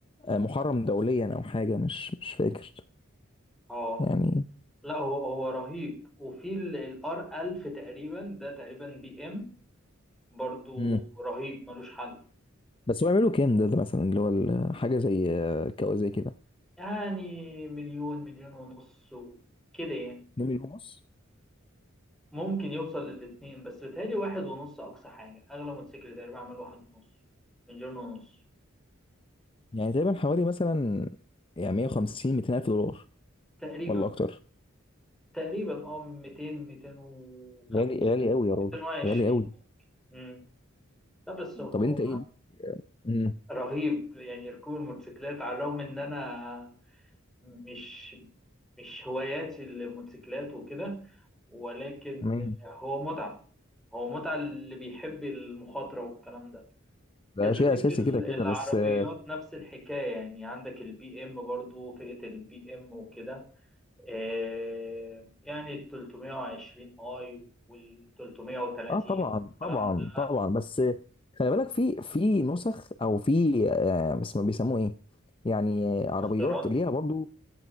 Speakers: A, on the left; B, in the centre.
A: آه، محرم دوليا او حاجه مش مش فاكر
B: اه
A: يعني
B: لا هو هو رهيب وفي الار 1000 تقريبا ده تقريبا بي ام برضه
A: مم.
B: رهيب ملوش حل
A: بس هو يعملوا كام ده, ده مثلا اللي هو ال- حاجه زي آه، كوازاكي ده
B: يعني مليون مليون ونص كده يعني
A: 2 مليون ونص
B: ممكن يوصل للاتنين بس بيتهيألي واحد ونص أقصى حاجة أغلى موتوسيكل تقريبا عمل واحد ونص مليون ونص
A: يعني تقريبا حوالي مثلا يعني 150 200 الف دولار
B: تقريبا
A: ولا اكتر
B: تقريبا اه 200 205
A: غالي غالي قوي يا
B: 220
A: راجل غالي قوي
B: ممكن امم لا بس هو
A: طب انت ايه دي مم.
B: رهيب يعني ركوب الموتوسيكلات على الرغم ان انا مش مش هواياتي الموتوسيكلات وكده ولكن
A: تمام
B: هو متعة هو متعة اللي بيحب المخاطرة والكلام ده
A: ده
B: كذلك
A: شيء اساسي
B: ال-
A: كده كده
B: العربيات
A: بس اه
B: نفس الحكاية يعني عندك البي ام برضو فئة البي ام وكده آه، يعني ال 320 اي وال 330
A: آه، طبعا
B: والكلام
A: طبعا
B: ده
A: طبعا بس خلي بالك في في نسخ او في آه بس ما بيسموه ايه يعني آه، عربيات
B: اصدارات
A: ليها برضو